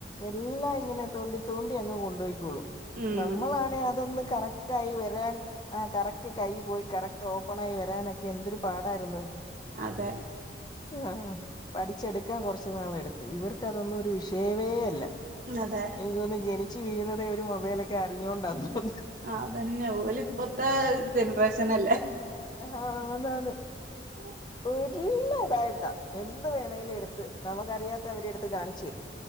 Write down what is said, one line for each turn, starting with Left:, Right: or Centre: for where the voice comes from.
Left: എല്ലാം ഇങ്ങനെ തോണ്ടി തോണ്ടി അങ് കൊണ്ടൊയ്കോളും
Right: ഉം
Left: നമ്മളാണേ അതൊന്ന് കറക്റ്റായി വരാൻ ആ കറക്റ്റ് കൈയിൽ പോയി കറക്റ്റ് ഓപ്പൺ ആയി വരാനൊക്കെ എന്തൊരു പാടായിരുന്നു
Right: അതെ
Left: ആ പഠിച്ചെടുക്കാൻ കുറച്ചു നാള എടുത്ത് ഇവർക്ക് അതൊന്നും ഒരു വിഷയമേ അല്ല
Right: അതെ
Left: എനിക്ക്തോന്നുന്നു ജനിച്ചു വീഴുന്നതേ ഒരു മൊബൈലേക്ക് അറിഞ്ഞോണ്ട തോന്നുന്നു
Right: ആഹ് അതന്നെ ഓല് ഇപ്പത്തെ ജനറേഷനല്ലേ
Left: ആഹ് അ ന്നാന്ന്
Right: ഓ
Left: വിട്ടിൽ ഇല്ല തായിട്ടാ എന്ത് വേണമെങ്കിലും എടുത്ത് നമുക്കറിയാത്ത അവരെ എടുത്ത് കാണിച്ചു തരും